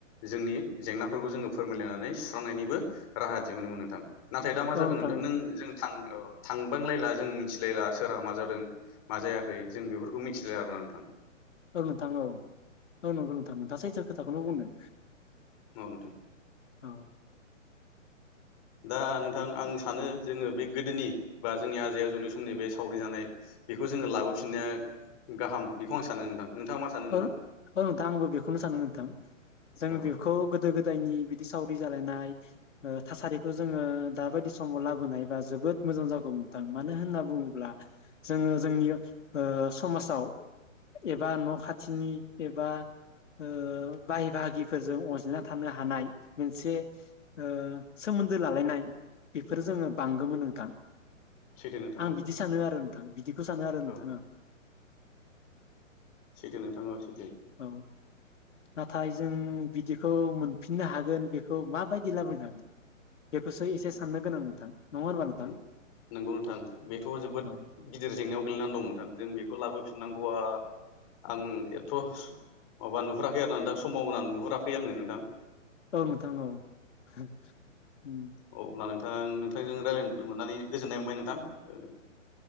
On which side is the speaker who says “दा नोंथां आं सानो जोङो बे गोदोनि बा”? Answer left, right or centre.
Left